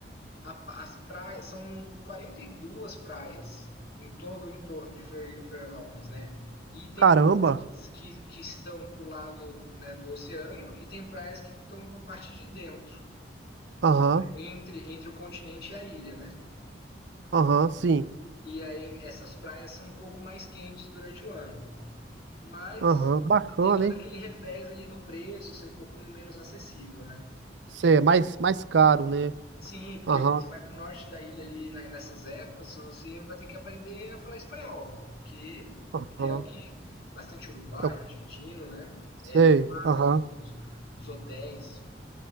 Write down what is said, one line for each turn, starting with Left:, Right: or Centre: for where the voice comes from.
Left: a- as praias são 42 praias em todo o entorno de Florianópolis, né? E tem
Right: Caramba.
Left: praias que, que, que estão pro lado né, do oceano e tem praias que estão para a parte de dentro,
Right: Aham,
Left: né, entre, entre o continente e a ilha, né?
Right: aham, sim.
Left: E aí essas praias são um pouco mais quentes durante o ano. Mas
Right: Aham, bacana,
Left: tem todo
Right: hein?
Left: aquele revés ali do preço, ser um pouco menos acessível, né?
Right: Cê é mais, mais caro, né?
Left: Sim, porque
Right: Aham.
Left: você vai para o norte da ilha ali na- nessas épocas, você vai ter que aprender a falar espanhol, porque
Right: Aham,
Left: é o que bastante uruguaio,
Right: eu
Left: argentino, né? É
Right: sei.
Left: tomados
Right: Aham,
Left: os, os hotéis.